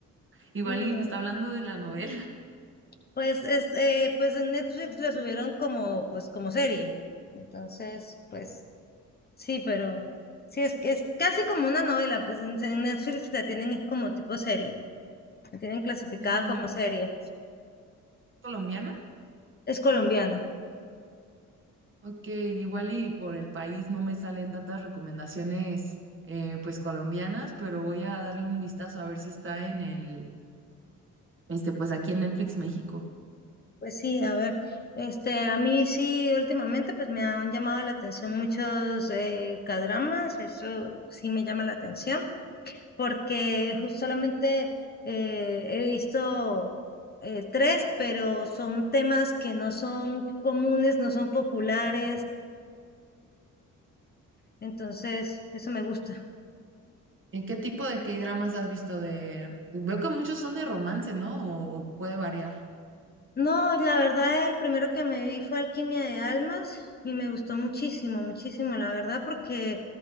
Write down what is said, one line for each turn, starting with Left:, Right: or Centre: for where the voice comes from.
Right: igual
Left: No.
Right: y me está hablando de la novela.
Left: Pues, es, eh, pues en Netflix la subieron como, pues, como serie. Entonces, pues, sí, pero sí, es, es casi como una novela, pues en, en Netflix la tienen es como tipo serie, la tienen clasificada
Right: ¿Y
Left: como serie.
Right: colombiana?
Left: Es colombiana.
Right: Ok, igual y por el país no me salen tantas recomendaciones eh, pues colombianas, pero voy a darle un vistazo a ver si está en el, este, pues aquí en Netflix México.
Left: Pues sí, a ver, este, a mí sí, últimamente pues me han llamado la atención muchos eh, K-dramas, eso sí me llama la atención, porque jus- solamente eh, he visto eh, tres, pero son temas que no son comunes, no son populares, entonces eso me gusta.
Right: ¿En qué tipo de K-dramas has visto de... Veo que muchos son de romance, ¿no? O, o puede variar.
Left: No, la verdad, el primero que me vi fue Alquimia de Almas y me gustó muchísimo, muchísimo, la verdad, porque